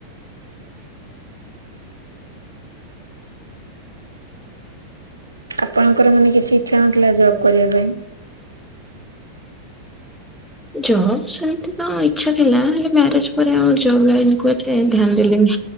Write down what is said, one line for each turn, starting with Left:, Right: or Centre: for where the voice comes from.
Right: ଆପଣ ଙ୍କର ମାନେ କିଛି ଇଚ୍ଛା ନଥିଲା ଜବ୍ କରିବା ପାଇଁ?
Centre: ଜବ୍ ସେମିତି ତ ଇଚ୍ଛା ଥିଲା ହେଲେ ମ୍ୟାରେଜ ପରେ ଆଉ ଜବ୍ ଲାଇନ କୁ ଏତେ ଧ୍ୟାନ ଦେଲିନି।